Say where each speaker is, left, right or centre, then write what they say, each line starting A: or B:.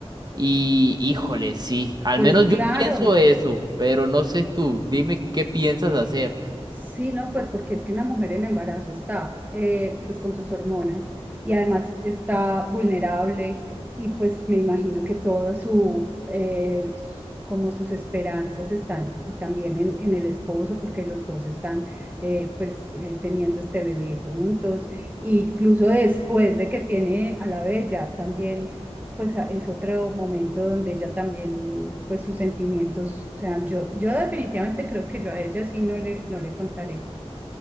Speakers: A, on the right; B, on the right.
A: Y híjole, sí, al
B: Pues
A: menos
B: claro,
A: yo pienso eso, pero no sé tú, dime qué piensas hacer.
B: sí, no, pues porque es que una mujer en embarazo está eh, pues con sus hormonas y además está vulnerable y pues me imagino que todo su, eh, como sus esperanzas están y también en, en el esposo porque los dos están eh, pues eh, teniendo este bebé juntos, e incluso después de que tiene a la bella también pues a- es otro momento donde ella también, pues sus sentimientos, o sea, yo, yo definitivamente creo que yo a ella sí no le, no le contaré.